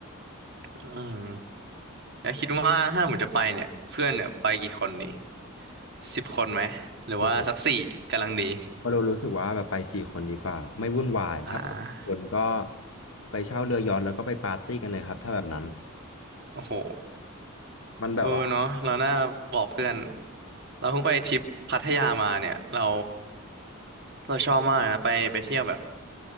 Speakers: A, on the right; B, on the left.
A: อืมแล้วคิดว่าถ้าหมูจะไปเนี่ยเพื่อนเนี่ยไปกี่คนนี่สิบคนไหมหรือว่าสักสี่กำลังดี
B: โห เพราะเรารู้สึกว่าแบบไปสี่คนดีกว่าไม่วุ่นวายถ้าไปสี่คนก็
A: อ่า
B: ไปเช่าเรือยอชท์แล้วก็ไปปาร์ตี้กันเลยครับถ้าแบบนั้น
A: โอ้โห
B: มันแบบว่า
A: เออเนาะเราน่าบอกเพื่อนเราเพิ่งไปทริปพัทยามาเนี่ยเรา เราชอบมากนะไปไปเที่ยวแบบ